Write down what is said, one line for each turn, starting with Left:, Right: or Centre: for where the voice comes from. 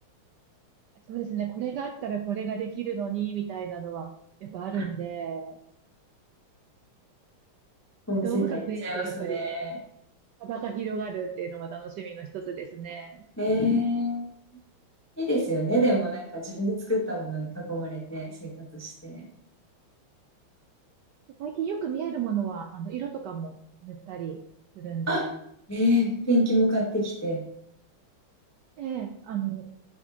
Right: そうですね。これがあったらこれができるのに、みたいなのは、やっぱあるんで、
Left: あホームセンター行っちゃいますね。
Right: で、道具が増えると、やっぱり幅が広がるっていうのは楽しみの一つですね。
Left: えー、いいですよねでもなんか自分で作ったものに囲まれて生活して
Right: 最近よく見えるものは、あの、色とかも塗ったりするんで、
Left: あえー、ペンキも買ってきて
Right: ええ、あの、